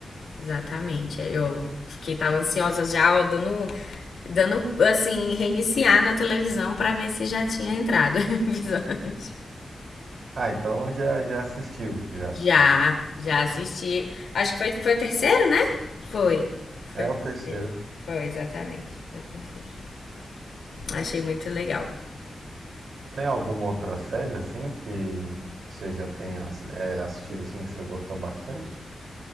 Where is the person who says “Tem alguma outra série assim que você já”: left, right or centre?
Right